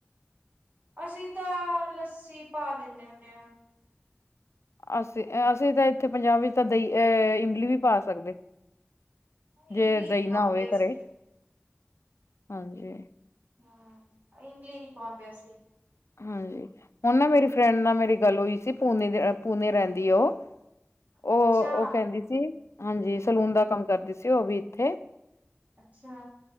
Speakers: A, on the right; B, on the left.
A: ਅਸੀਂ ਤਾਂ ਲੱਸੀ ਪਾ ਦਿੰਦੇ ਹੁੰਦੇ ਹਾਂ
B: ਅਸੀਂ ਅਸੀਂ ਤਾਂ ਇੱਥੇ ਪੰਜਾਬ ਵਿੱਚ ਤਾਂ ਦਈ ਅਹ ਇਮਲੀ ਵੀ ਪਾ ਸਕਦੇ
A: ਇਮਲੀ
B: ਜੇ ਦਈ
A: ਨੀ
B: ਨਾ
A: ਪਾਉਂਦੇ
B: ਹੋਵੇ
A: ਅਸੀਂ,
B: ਘਰੇ ਹਾਜੀ।
A: ਹਾਂ ਇਮਲੀ ਨੀ ਪਾਉਂਦੇ ਸੀਂ
B: ਹਾਂਜੀ ਹੁਣ ਨਾ ਮੇਰੀ ਫਰੈਂਡ ਨਾਲ ਮੇਰੀ ਗੱਲ ਔਈ ਸੀ। ਪੂਨੇ ਦੇ ਪੂਨੇ ਰੇਂਦੀ ਐ ਓ। ਓ
A: ਅੱਛਾ,
B: ਓ ਕੇੈਦੀ ਸੀ। ਹਾਂਜੀ ਸਲੂਨ ਦਾ ਕੰਮ ਕਰਦੀ ਸੀ ਓ ਵੀ ਇੱਥੇ।
A: ਅੱਛਾ